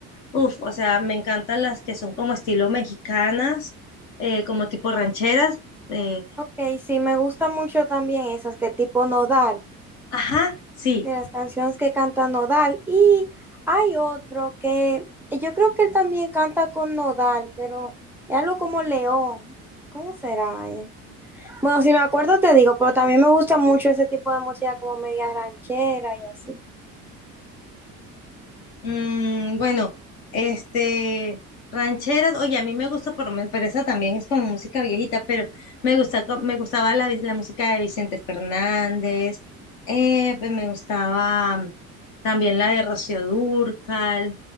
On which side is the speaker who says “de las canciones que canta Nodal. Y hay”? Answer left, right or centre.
Centre